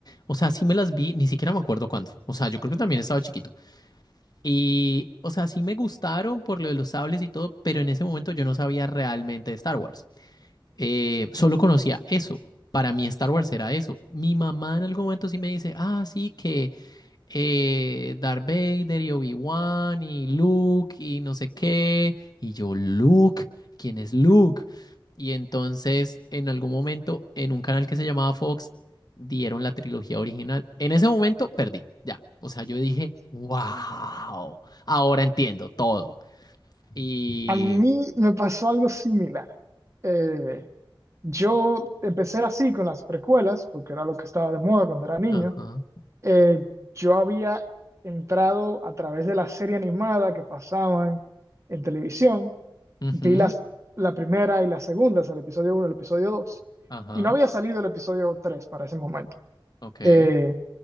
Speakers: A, on the left (about 50°); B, on the right (about 35°).
A: O sea, sí me las vi, ni siquiera me acuerdo cuándo. O sea, yo creo que también estaba chiquito. Y, o sea, sí me gustaron por lo de los sables y todo, pero en ese momento yo no sabía realmente de Star Wars. Eh, solo conocía eso. Para mí Star Wars era eso. Mi mamá en algún momento sí me dice, ah, sí, que eh, Darth Vader y Obi-Wan y Luke y no sé qué. Y yo, Luke, ¿quién es Luke? Y entonces, en algún momento, en un canal que se llamaba Fox, dieron la trilogía original. En ese momento perdí, ya. O sea, yo dije, wow, ahora entiendo todo. Y...
B: A mí me pasó algo similar. Eh, yo empecé así con las precuelas, porque era lo que estaba de moda cuando era niño.
A: Ajá,
B: eh, yo había entrado a través de la serie animada que pasaban en televisión,
A: ujú,
B: vi las, la primera y la segunda, o sea, el episodio uno y el episodio dos
A: ajá,
B: y no había salido el episodio 3 para ese momento.
A: ok.
B: Eh,